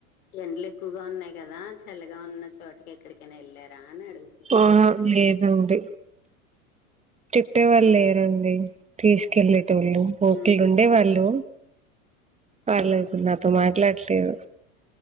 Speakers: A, on the left (about 80°); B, on the right (about 15°).
A: ఎండల్ ఎక్కువగా ఉన్నాయి కదా చల్లగా ఉన్న చోటకి ఎక్కడికైనా వెళ్ళారా అని అడుగుత్
B: ఆహ లేదండి. తిప్పేవాళ్ళు
A: ఉమ్
B: లేరండి. తీసుకెళ్ళే టోళ్ళు ఓక్రు
A: ఉమ్
B: ఉండే వాళ్ళు వాళ్ళిప్పుడు
A: ఉమ్
B: నాతో మాట్లాడట్లేదు.